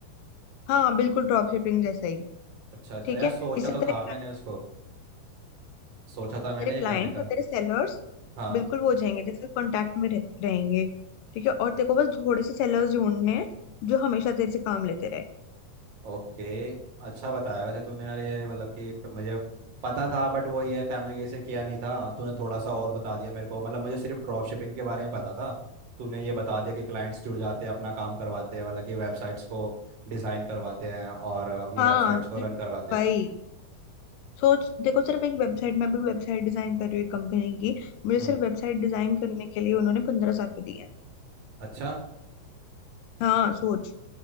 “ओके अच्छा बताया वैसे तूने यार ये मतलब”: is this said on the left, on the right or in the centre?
Right